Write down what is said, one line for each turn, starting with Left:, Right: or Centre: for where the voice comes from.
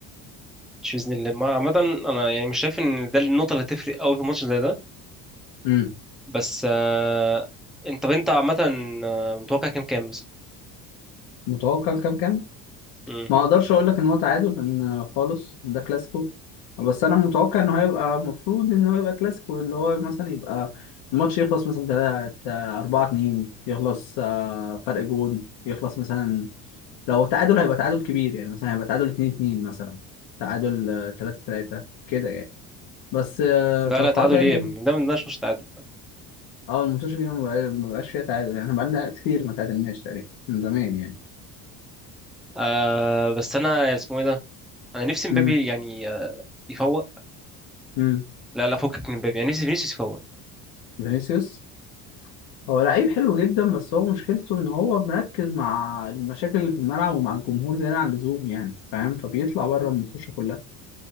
Centre: مش باذن الله ما- عامه انا يعني مش شايف ان ده النقطه اللي هتفرق قوي في ماتش زي ده
Left: امم
Centre: بس آه... انت طب انت عامه آه، متوقع كام كام مثلا؟
Left: متوقع كام كام
Centre: مم.
Left: ما اقدرش اقول لك ان هو تعادل لان خالص ده كلاسيكو بس انا متوقع انه هيبقى المفروض انه هيبقى كلاسيكو اللي هو مثلا يبقى الماتش يخلص مثلا 3 4 2 يخلص آه، فرق جون يخلص مثلا لو تعادل هيبقى تعادل كبير يعني مثلا هيبقى تعادل 2 2 مثلا تعادل 3 3 كده يعني بس آه،
Centre: لا
Left: توقعات
Centre: لا تعادل
Left: يعني
Centre: ايه؟ ده من ده مش ماتش تعادل
Left: اه الماتش دي ما بقى- ما بقاش فيها تعادل يعني احنا بقالنا كتير ما تعادلناش تقريبا من زمان يعني
Centre: آه... بس انا اسمه ايه ده؟ انا نفسي مبابي
Left: امم
Centre: يعني آه، يفوق
Left: امم
Centre: لا لا فكك من مبابي يعني نفسي فينيسيوس يفوق
Left: فينيسيوس هو لعيب حلو جدا بس هو مشكلته ان هو مركز مع المشاكل اللي في الملعب ومع الجمهور زيادة عن اللزوم يعني فاهم فبيطلع بره المنتوشه كلها